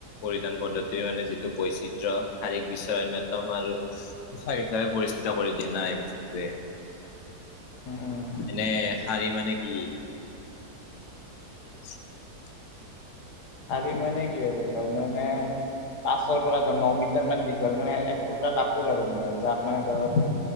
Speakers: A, on the left; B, on the left.
A: পৰিধান পদ্ধতিৰ মানে যিটো টো বৈচিত্ৰয় শাৰীৰিক বিশ্বৰ অন্যতম আৰু উৎচাহচাপে পৰিস্থিতা কৰি দিয়া নাই এইটোৱে
B: উম
A: এনে শাৰী মানে কি <inaudible>
B: আজি মানে কি আৰু তাৰ মানে তাছৰ পৰা ধৰ ন মিটাৰ মান দীঘল মানে এক টুকুৰা কাপোৰ আৰু মানে যাক মানে ধৰ